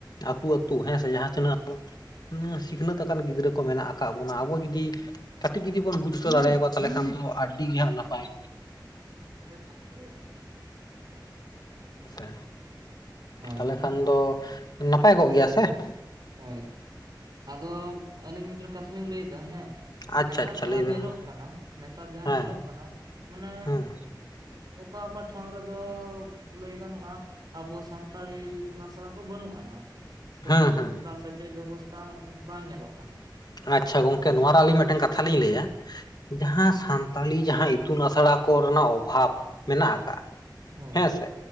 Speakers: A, on the left (about 60°); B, on the right (about 60°).
A: ᱟᱹᱛᱩ, ᱟᱹᱛᱩ ᱦᱮᱸ ᱥᱮ ᱡᱟᱦᱟᱸ ᱛᱤᱱᱟᱹᱜ ᱟᱵᱚ ᱥᱤᱠᱷᱱᱟᱹᱛ ᱟᱠᱟᱱ ᱜᱤᱫᱽᱨᱟᱹ ᱠᱚ ᱢᱮᱱᱟᱜ ᱟᱠᱟᱫ ᱵᱚᱱᱟ, ᱟᱵᱚ ᱡᱩᱫᱤ ᱠᱟᱹᱴᱤᱡ ᱡᱩᱫᱤ ᱵᱚᱱ ᱵᱩᱡ ᱛᱚ ᱫᱮᱲᱮ ᱟᱠᱚᱣᱟ ᱛᱟᱦᱚᱞᱮ ᱠᱷᱟᱱ ᱫᱚ ᱟᱹᱰᱤ ᱜᱮ ᱦᱟᱸᱜ ᱱᱟᱯᱟᱭ
B: ᱯᱳᱭᱥᱟᱢ ᱤᱫᱤ ᱠᱟᱜ-ᱟ?
A: ᱦᱮᱸ ᱥᱮ
B: ᱦᱳᱭ
A: ᱛᱟᱦᱚᱞᱮ ᱠᱷᱟᱱ ᱫᱚ ᱱᱟᱯᱟᱭ ᱠᱚᱜ ᱜᱮᱭᱟ ᱥᱮ ᱾
B: ᱦᱳᱭ ᱟᱫᱚ ᱟᱹᱞᱤᱧ ᱢᱤᱫᱴᱮᱱ ᱠᱟᱛᱷᱟ ᱞᱤᱧ ᱞᱟᱹᱭ ᱫᱟ ᱦᱮᱸ
A: ᱟᱪᱪᱷᱟ
B: ᱱᱮᱛᱟᱨ
A: ᱟᱪᱪᱷᱟ
B: ᱡᱟᱦᱟᱸ
A: ᱞᱟᱹᱭ ᱵᱮᱱ
B: ᱧᱮᱞᱚᱜ
A: ᱢᱟ
B: ᱠᱟᱱᱟ, ᱱᱮᱛᱟᱨ ᱡᱟᱦᱟᱸ
A: ᱦᱮᱸ
B: ᱧᱮᱞᱚᱜ ᱠᱟᱱᱟ ᱢᱟᱱᱮ
A: ᱦᱮᱸ
B: ᱚᱠᱟ ᱚᱠᱟ ᱴᱷᱟᱶ ᱨᱮᱫᱚ ᱞᱟᱹᱭ ᱜᱟᱱᱚᱜᱼᱟ, ᱟᱵᱚ ᱥᱟᱱᱛᱟᱲᱤ ᱤᱛᱩᱱ ᱟᱥᱲᱟ ᱠᱚ ᱵᱟᱹᱱᱩᱜ ᱟᱱᱟ ᱥᱮ
A: ᱦᱮᱸ ᱦᱮᱸ
B: ᱥᱮᱪᱮᱫ ᱵᱮᱵᱚᱥᱛᱷᱟ ᱵᱟᱝ ᱧᱮᱞᱚᱜ ᱠᱟᱱᱟ ᱾
A: ᱟᱪᱪᱷᱟ ᱜᱚᱝᱠᱮ ᱱᱚᱣᱟ ᱨᱮ ᱟᱹᱞᱤᱧ ᱢᱤᱫᱴᱮᱱ ᱠᱟᱛᱷᱟ ᱞᱤᱧ ᱞᱟᱹᱭᱟ ᱡᱟᱦᱟᱸ ᱥᱟᱱᱛᱟᱞᱤ ᱡᱟᱦᱟᱸ ᱤᱛᱩᱱ ᱟᱥᱲᱟ ᱠᱚ ᱨᱮᱱᱟᱜ ᱚᱵᱷᱟᱵᱽ ᱢᱮᱱᱟᱜ ᱟᱠᱟᱫᱼᱟ
B: ᱦᱳᱭ
A: ᱦᱮᱸ ᱥᱮ